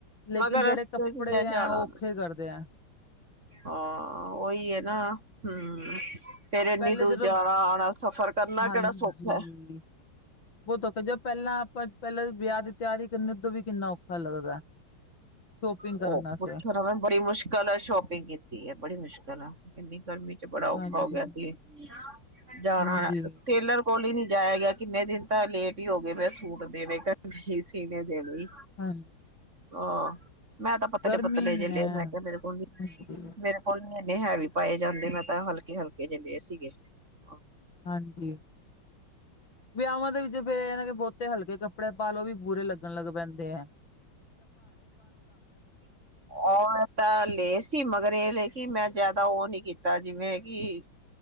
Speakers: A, on the left; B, on the right.
A: ਲੇਕਿਨ
B: ਮਗਰ
A: ਜਿਹੜੇ
B: ਰਸਤੇ
A: ਕੱਪੜੇ
B: ਚ ਜ
A: ਹੈ
B: ਜਾਣਾ
A: ਉਹ ਔਖੇ ਕਰਦੇ ਐ।
B: ਹਾਂ, ਓਹੀ ਐ ਨਾ ਹੂੰ, ਫੇਰ ਇੰਨੀ
A: ਪਹਿਲੇ
B: ਦੂਰ
A: ਜਦੋਂ
B: ਜਾਣਾ ਆਣਾ ਸਫ਼ਰ ਕਰਨਾ
A: ਹਾਂਜੀ
B: ਕਿਹੜਾ ਸੌਖਾ।
A: <unintelligible> ਪਹਿਲਾਂ ਆਪਾਂ ਪਹਿਲਾਂ ਵਿਆਹ ਦੀ ਤਿਆਰੀ ਕਿੰਨੇ ਤੋਂ ਵੀ ਕਿੰਨਾ ਔਖਾ ਲੱਗਦਾ। ਸ਼ੋਪਿੰਗ ਕਰਨ
B: ਉਹ
A: ਵਾਸਤੇ
B: ਪੁੱਛੋ ਨਾ ਮੈਂ ਬੜੀ ਮੁਸ਼ਕਿਲ ਆ ਸ਼ੋਪਿੰਗ ਕੀਤੀ ਆ ਬੜੀ ਮੁਸ਼ਕਿਲ ਆ ਐਨੀ ਗਰਮੀ ਚ ਬੜਾ ਔਖਾ
A: ਹਾਂਜੀ
B: ਹੋ ਗਿਆ ਸੀ ਜਾਣਾ
A: ਹਾਂਜੀ
B: ਟੇਲਰ ਕੋਲ ਹੀ ਨਹੀਂ ਜਾਇਆ ਗਿਆ ਕਿੰਨੇ ਦਿਨ ਤਾਂ ਲੇਟ ਹੀ ਹੋ ਗਏ ਮੇਰੇ ਸੂਟ ਦੇਣੇ ਸੀਣੇ ਦੇਣੇ ਈ
A: ਹਾਂਜੀ
B: ਆ ਮੈਂ ਤਾਂ ਪਤਲੇ
A: ਗਰਮੀ
B: ਪਤਲੇ ਜੇ ਲਏ
A: ਹੈ
B: ਮੈਂ ਕਿਹਾ ਮੇਰੇ ਕੋਲ ਨੀ
A: ਹਾਂਜੀ
B: ਮੇਰੇ ਕੋਲ ਇੰਨੇ ਹੈਵੀ ਪਾਏ ਜਾਂਦੇ ਮੈਂ ਤਾਂ ਹਲਕੇ ਹਲਕੇ ਜੇ ਲਏ ਸੀਗੇ ਹਾਂ
A: ਹਾਂਜੀ, ਵਿਆਹਾਂ ਦੇ ਵਿੱਚ ਫੇਰ <unintelligible> ਬਹੁਤੇ ਹਲਕੇ ਕੱਪੜੇ ਪਾ ਲਓ ਓਹ ਵੀ ਬੁਰੇ ਲੱ ਗਣ ਲੱਗ ਪੈਂਦੇ ਐ।
B: ਓਵੇਂ ਤਾਂ ਲਏ ਸੀ ਮਗਰ ਇਹ ਲੇ ਕੀ ਮੈਂ ਜ਼ਿਆਦਾ ਉਹ ਨੀ ਕੀਤਾ ਜਿਵੇਂ ਕਿ